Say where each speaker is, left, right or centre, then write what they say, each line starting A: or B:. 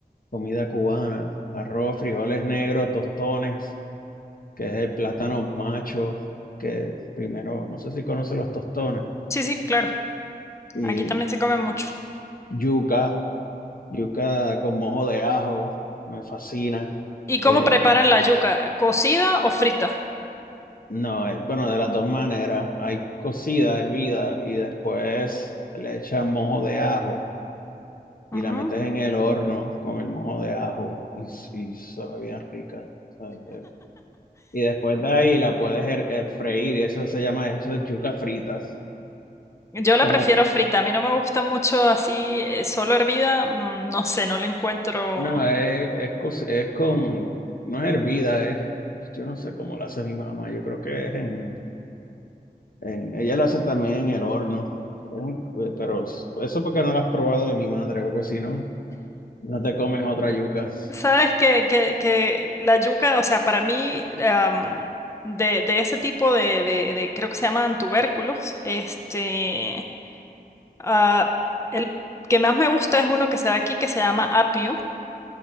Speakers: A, on the left; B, on the left.
A: comida cubana, arroz, frijoles negros, tostones. que es el plátano macho, que primero, no sé si conoce los tostones,
B: Sí, sí, claro,
A: y
B: aquí también se come mucho.
A: yuca, yuca con mojo de ajo, me fascina.
B: ¿Y cómo
A: Eh,
B: preparan la yuca? ¿Cocida o frita?
A: no, eh, bueno, de las dos maneras, hay cocida, hervida, y después le echan mojo de ajo y
B: Ujú.
A: la metes en el horno con el mojo de ajo y, s- y sabe bien rica. ¿sabes? Eh, Y después de ahí la puedes her- eh, freír, y eso se llama, hecho, yuca fritas.
B: Yo la
A: Como
B: prefiero frita, a mí no me gusta mucho así, eh, solo hervida, mm, no sé, no le encuentro.
A: No, es, es, co- es con, no es hervida, es, yo no sé cómo la hace mi mamá, yo creo que es en, en ella la hace también en el horno, Es un- eh, pero eso porque no la has probado de mi madre, porque si no, no te comes otra yuca.
B: Sabes que, que, que la yuca, o sea, para mí, am, de, de ese tipo de, de, de- creo que se llaman tubérculos, este, ah, el que más me gusta es uno que se da aquí que se llama apio